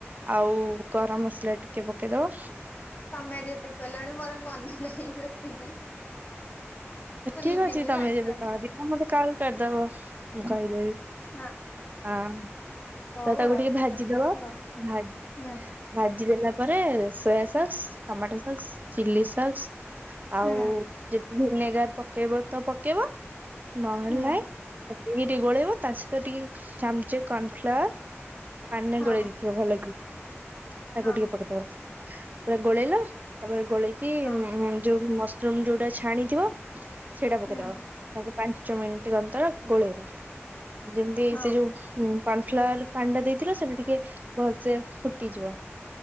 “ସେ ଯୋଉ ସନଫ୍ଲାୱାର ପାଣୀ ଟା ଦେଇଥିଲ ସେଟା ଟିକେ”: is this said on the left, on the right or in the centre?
Right